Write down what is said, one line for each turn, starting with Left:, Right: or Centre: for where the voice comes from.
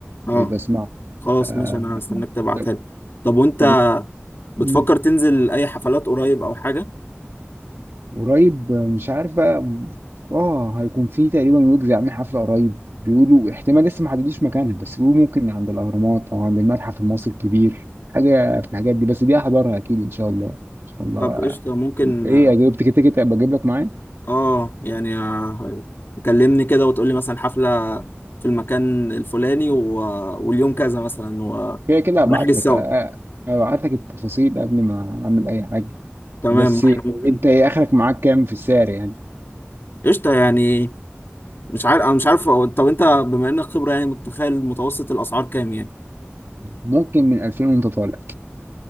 Left: اه
Right: يبقى اسمعه
Left: خلاص
Right: آه...
Left: ماشي انا هستناك تبعتها
Right: طب
Left: لي طب وانت
Right: طب و-
Left: بتفكر
Right: مم.
Left: تنزل اي حفلات قريب او حاجه
Right: قريب آه، مش عارف بقى اه هيكون في تقريبا ويجز عامل حفله قريب بيقولوا احتمال لسه ما حددوش مكانها بس بيقولوا ممكن عند الاهرامات او عند المتحف المصري الكبير حاجه في الحاجات دي بس دي هحضرها اكيد ان شاء الله ان شاء الله
Left: طب قشطة ممكن
Right: ايه يعني جبت كده كده ابقى اجيب لك معايا
Left: اه يعني آه، تكلمني كده وتقولي مثلا حفلة في المكان الفلاني و... واليوم كذا مثلا و...
Right: كده كده هبعت
Left: ونحجز
Right: لك
Left: سوا
Right: آه، آه، هبعت لك التفاصيل قبل ما اعمل اي حاجه
Left: تمام
Right: بس
Left: احنا ممكن
Right: انت ايه اخرك معاك كام في السعر يعني
Left: قشطة يعني مش عارف انا مش عارف هو- طب انت بما انك خبرة يعني متخيل متوسط الاسعار كام يعني
Right: ممكن من 2000 وانت طالع